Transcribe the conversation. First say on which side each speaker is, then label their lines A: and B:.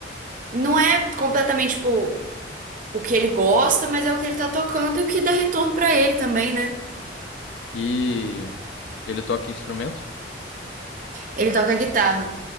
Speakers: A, on the right (about 45°); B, on the left (about 75°).
A: não é completamente, tipo, o que ele gosta, mas é o que ele tá tocando e o que dá retorno pra ele também, né?
B: E ele toca que instrumento?
A: Ele toca guitarra.